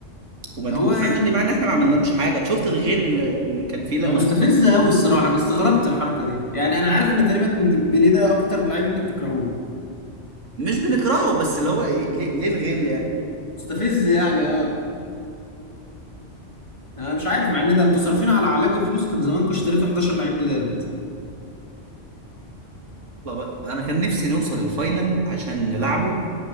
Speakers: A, on the right; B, on the left.
A: وما
B: هو
A: ما تفهمش
B: يعني ما...
A: ليه مع ان احنا ما عملنالوش حاجه أنت شفت الغل اللي, اللي كان فيه لما
B: ده مستفز
A: كسبونا
B: قوي الصراحة انا استغربت الحركة دي يعني انا عارف ان تقريبا ديمبلي ده اكتر لعيب انتوا بتكرهوه
A: مش بنكرهه بس اللي هو إيه ليه, ليه الغل يعني
B: مستفز يعني اه انا مش عارف مع ان ده انتوا صارفين على علاجه فلوس كان زمانكم اشتريتوا 11 لعيب جداد
A: يلا بقى انا كان نفسي نوصل الفاينل عشان نلعبه